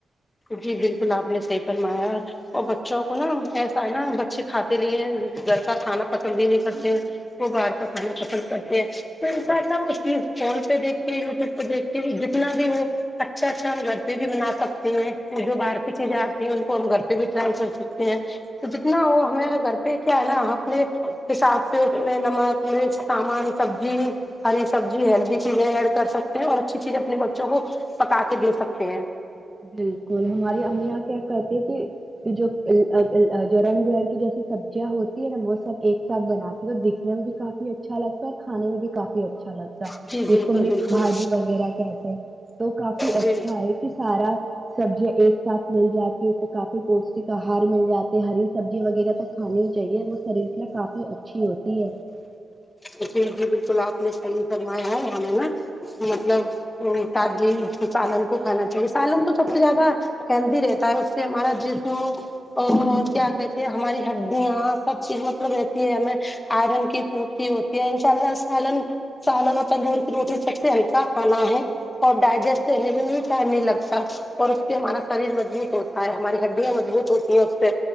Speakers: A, on the left (about 20°); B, on the right (about 15°).
A: جی بالکل آپ نے صحی پرمایا اور بچوں کو نا ایسا ہے نا بچے کھاتے نہیں ہے گھر کا کھانا پسند بھی نہیں کرتے ہیں وہ باہر کا کھانا پسند کرتے ہیں تو ان شاء اللہ وہ چیز فون پہ دیکھ کے یوٹیوب پہ دیکھ کے جتنا بھی ہو اچھا اچھا ہم <unintelligible> پہ بھی بنا سکتے ہیں جو باہر کی چیزیں آتی ہیں ان کو ہم گھر پہ بھی ڈراے کر سکتے ہیں تو جتنا وہ ہمیں گھر پہ کیا ہے نا اپنے حساب سے اس میں نمک مرچ سامان سبزی ہری سبزی ہیلدی چیزیں ایڈ کر سکتے ہیں اور اچھی چیزیں اپنے بچوں کو پکا کے دے سکتے ہیں
B: بالکل ہماری اممیاں کیا کہتی کہ جو جو رنگ برنگ کی جیسے سبزیاں ہوتی ہے نا وہ سب ایک ساتھ بناتے ہے تو دکھنے میں بھی کافی اچھا لگتا ہے اور کھانے میں بھی کافی اچھا اچھا لگتا ہے
A: جی بالکل
B: جس کو
A: بالکل
B: مکس بھاجی وغیرہ کہتے ہیں تو کافی اچھا
A: جی
B: ہے کہ سارا سبزیاں ایک ساتھ مل جاتے کے کافی پوشٹک آہار مل جاتے ہری سبزی وغیرہ تو کھانی ہی چاہیے شریر کے لیے کافی اچھی ہوتی ہے
A: تو پھر جی بالکل آپ نے سہی فرمایا ہے ہمیں نا مطلب کاجی سالن کو کھانا چاہیے سالن تو سب سے زیادہ ہیلدی رہتا ہے کے مارا جسم میں اور کیا کہتے ہماری ہڈیاں سب چیز مطلب رہتی ہے ہمیں آئرن کی پورتی ہوتی ہے ان شاء اللہ سالن سالن تنندور کی روٹی سب سے ہلکا کھانا ہے اور ڈائجیسٹ کرنے کے لئے ٹائم نہیں لگتا اور اس سے ہمارا شریر مضبوط ہوتا اور ہماری ہڈیاں مضبوط ہوتی ہیں اس سے